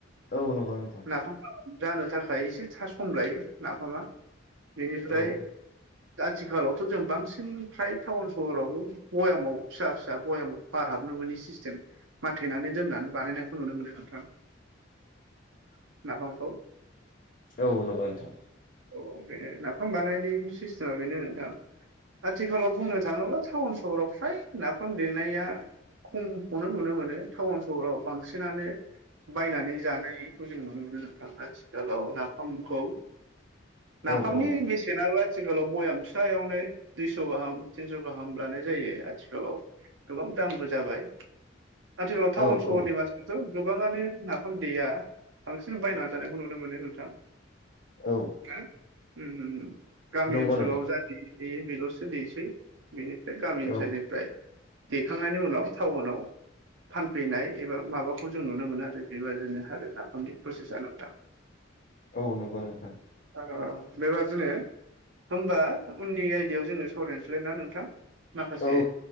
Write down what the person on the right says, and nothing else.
नाफाम जानो थाखाय एसे था सम लायो नाफामा बेनिफ्राय
आथिखालावथ जों बांसिन फ्राय टाउन सहरावबो भयामाव फिसा फिसा भयामाव बार हाबनो मोनि सिस्टेम माथेनानै दोननानै बानायनाय खौ नुनो मोनो नोंथां नाफामखौ
अ बे नाफाम बानायनि सिस्टेमा बेनो नोंथां आथिखालाव बुंनो थाङोब्ला टाउन सहराव फ्राय नाफाम देनाया खमखौनो नुनो मोनो टाउन सहराव बांसिनानो बायनानै जानायखौ जों नुनो मोनदों नोंथां आथि औ नाफामखौ नाफामनि
बेसेनाबा आथिखालाव बयाम फिसायावनो दुइस गाहाम थिनस गाहाम लानाय आथिखालाव गोबां दामबो जाबाय आथिखालाव टाउन
सहरनि
मानसिया थ गोबाङानो नाफाम दैया बांसिन बायनानै जानायखौ नुनो मोनो नोंथां
उम उम उम गामि
ओनसोलाव
जा देयो बेलसो दनोसै बेनि गामि ओनसोलनिफ्राय
दैेखांनायनि उनाव टाउनाव फानफैनाय एबा माबाखौ जों नुनो मोनो आरो बेबायदिनो आरो नाफामनि प्रसेसा नोंथां <inaudible>
औ औ बेबादिनो होमबा उननि आयदायाव जोङो सावरायनोसैलाय ना नोंथां माखासे